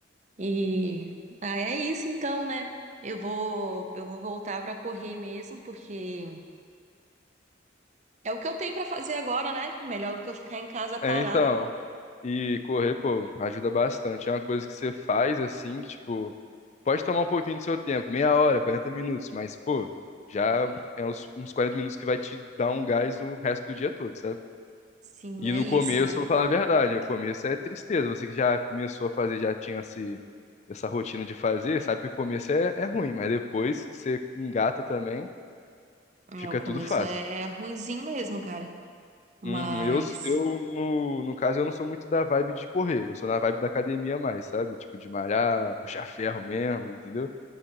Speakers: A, on the right (about 40°); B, on the left (about 35°).
A: E ah, é isso então, né? Eu vou, eu vou voltar pra correr mesmo, porque É o que eu tenho pra fazer agora, né? Melhor do que eu ficar em casa parada.
B: É, então. E correr, pô, ajuda bastante. É uma coisa que você faz assim, tipo. Pode tomar um pouquinho do seu tempo, meia hora, 40 minutos, mas, pô, já é uns, uns 40 minutos que vai te dar um gás o resto do dia todo, sabe?
A: Sim,
B: E
A: é
B: no
A: isso,
B: começo,
A: né?
B: eu vou falar a verdade, no começo é tristeza. Você que já começou a fazer, já tinha esse, essa rotina de fazer, sabe que o começo é, é ruim, mas depois que você engata também,
A: É,
B: fica
A: o começo
B: tudo fácil.
A: é ruinzinho mesmo, cara. Mas.
B: Uhum, Eu, eu no, no caso, eu não sou muito da vibe de correr, eu sou na vibe da academia mais, sabe? Tipo, de malhar, puxar ferro mesmo, entendeu?